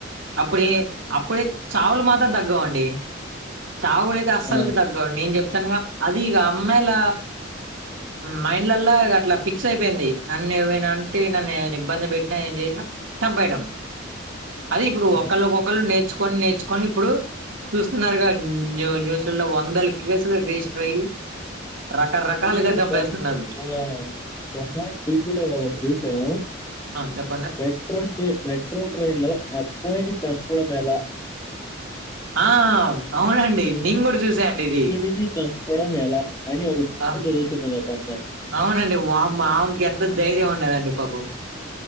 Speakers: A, on the right; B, on the left.
A: అప్పుడే అప్పుడే చావులు మాత్రం తగ్గవండి. చావులయితే అస్సలకి
B: ఆ!
A: తగ్గవు, నేను చెప్తాన్నాగా, అది ఇగ అమ్మాయిల మైండ్లల్లా ఇగ అట్లా ఫిక్స్ అయిపోయింది, నన్ను ఏవైనా అంటే, నన్ను ఏమన్నా ఇబ్బంది పెట్టినా ఏం చేసినా చంపేయడం అది ఇప్పుడు
B: ఆ!
A: ఒకళ్ల ఒకొళ్లు నేర్చుకొని నేర్చుకొని ఇప్పుడు చూస్తున్నారుగా ఉమ్ న్యూస్ లల్లా వందల కేసులు రిజిస్టర్ అయ్యి రకరకాలుగా
B: మేము
A: చంపేస్తున్నారు
B: మొన్ ఆ మొన్న టీపిలో ఒకటి చూసాం.
A: ఆ చెప్
B: మెట్రో స్టే మెట్రో ట్రైన్ లో అబ్బాయిని చంపడం ఎలా?
A: ఆ అవునండి, నీను గుడ చూసానండి ఇది
B: ని చంపడం ఎలా అని ఒక బుక్కు
A: ఆ,
B: చదువుతున్నది ఒక అమ్మాయి.
A: అవునండి, వామ్మో ఆమెకి ఎంత ధైర్యం ఉన్నదండి పాపం.